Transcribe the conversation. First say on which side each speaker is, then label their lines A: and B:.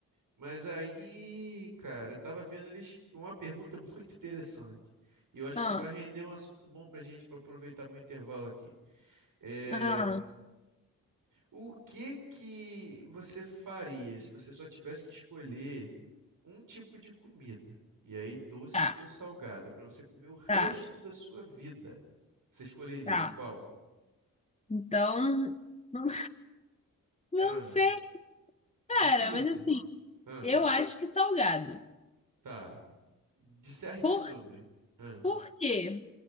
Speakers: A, on the right; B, on the left.
A: Mas aí, cara, eu tava vendo eles uma pergunta <laughs> muito interessante. E eu acho
B: Ah,
A: que isso vai render um assunto bom pra gente para aproveitar meu intervalo aqui. É,
B: ah,
A: O que que você faria se você só tivesse que escolher um tipo de comida? E aí, doce
B: tá,
A: ou salgada, para você comer o resto
B: tá,
A: da sua vida? Você escolheria
B: tá.
A: qual?
B: Então, <laughs> não, não
A: Ah,
B: sei, cara,
A: difícil?
B: mas assim,
A: Ah,
B: eu acho que salgado.
A: tá. Disserte
B: Por,
A: sobre. Ah,
B: por quê?